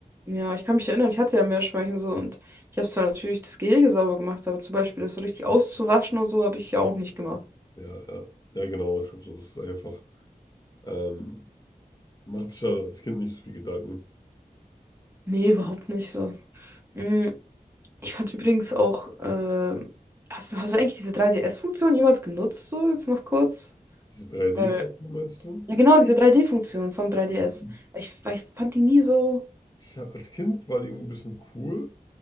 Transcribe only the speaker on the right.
Ja, ich kann mich erinnern, ich hatte ja Meerschweinchen so und ich habe zwar natürlich das Gehege sauber gemacht, aber zum Beispiel das so richtig auszuwaschen und so habe ich ja auch nicht gemacht.
Nee, überhaupt nicht so. Mm, Ich fand übrigens auch, äh, hast du, hast du eigentlich diese 3 S funktion jemals genutzt, so jetzt noch kurz?
Weil,
ja genau, diese 3D-Funktion vom 3DS.
Ich, weil ich fand die nie so.